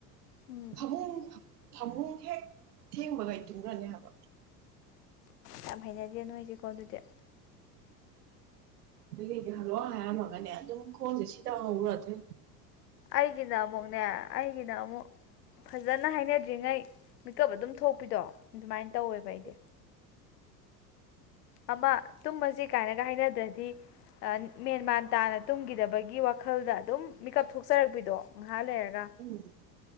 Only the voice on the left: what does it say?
ꯎꯝ
ꯌꯥꯝ ꯍꯩꯅꯗꯦ ꯅꯣꯏꯁꯀꯣ ꯑꯗꯨꯗꯤ
ꯑꯩꯒꯤꯅ ꯑꯃꯨꯛꯅꯦ ꯑꯩꯒꯤꯅ ꯑꯃꯨꯛ ꯐꯖꯅ ꯍꯥꯏꯅꯗ꯭ꯔꯤꯉꯩ ꯃꯤꯀꯞ ꯑꯗꯨꯝ ꯊꯣꯛꯄꯤꯗꯣ ꯑꯗꯨꯃꯥꯏꯅ ꯇꯧꯋꯦꯕ
ꯑꯩꯗꯤ ꯑꯃ ꯇꯨꯝꯕꯁꯤ ꯀꯥꯏꯅꯒ ꯍꯥꯏꯅꯗ꯭ꯔꯗꯤ ꯃꯦꯟꯃꯥꯟ ꯇꯥꯅ ꯇꯨꯝꯈꯤꯗꯕꯒꯤ ꯋꯥꯈꯜꯗ ꯑꯗꯨꯝ ꯃꯤꯀꯞ ꯊꯣꯛꯆꯔꯛꯄꯤꯗꯣ ꯉꯥꯏꯍꯥꯛ ꯂꯩꯔꯒ